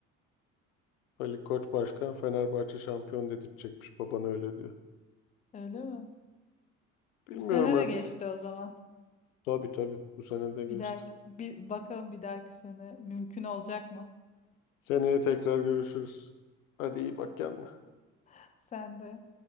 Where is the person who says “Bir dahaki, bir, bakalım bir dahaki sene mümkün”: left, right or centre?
Left